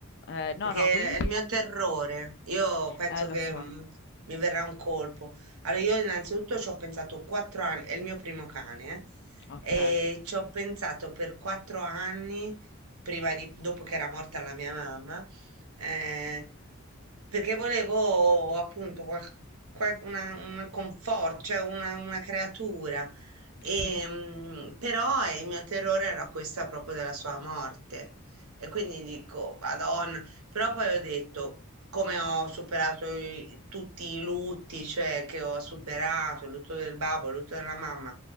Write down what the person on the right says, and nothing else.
perché
è il
mio terrore. Io penso
che
mm, mi verrà un colpo. Allora, io innanzitutto ci ho pensato quattro anni, è il mio primo cane,
eh, e ci ho pensato per quattro anni, prima di, dopo che era morta la mia mamma, eh, perché volevo appunto qual- qual- una, una confort, cioè una, una creatura. E,
mm, però eh, il mio terrore era questa proprio della sua morte. E quindi dico, Madonna, però poi ho detto, come ho superato i- tutti i lutti, cioè che ho superato, il lutto del babbo, il lutto della mamma,